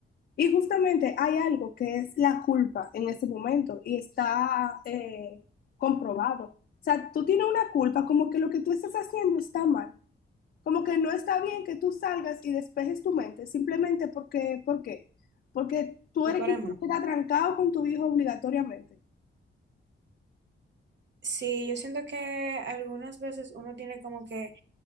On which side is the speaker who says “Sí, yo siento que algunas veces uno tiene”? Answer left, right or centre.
Right